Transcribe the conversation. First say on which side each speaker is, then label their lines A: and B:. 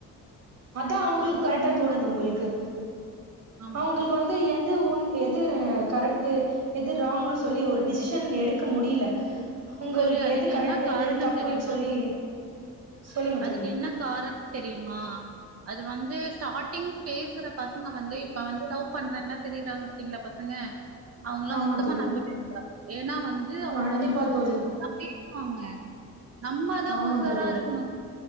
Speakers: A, on the right; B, on the right.
A: அதா அவுங்களுக்கு
B: இதுதா
A: கரெக்டா
B: உண்ம
A: தோணுது உங்களுக்கு
B: ஆமா
A: அவுங்களுக்கு வந்து என் எது எது கரெக்டு எது ராங்ன்னு சொல்லி ஒரு டிசிஷன் எடுக்க முடில உங்களுக்கு
B: தோழி அதுக்கு
A: எது கரெக்டு
B: என்ன காரணம்
A: எது தப்புன்னு
B: தெரியுமா
A: சொல்லி சொல்லுங்க
B: அதுக்கு
A: தோழி
B: என்ன கார தெரியுமா அது வந்து ஸ்டார்டிங் பேசுற பசங்க வந்து இப்ப வந்து லவ் பண்றேனா திரியறாங்கு பாத்தீங்களா பசங்க அவங்கல்லா
A: ஆமா
B: சுத்தமா
A: தோழி
B: நம்பவே கூடாது ஏன்னா வந்து அவங்க
A: கண்டிப்பா தோழி
B: <inaudible> பேசுவாங்க நம்மதா
A: ஆமா
B: உசாரா
A: தோழி
B: இருக்கணு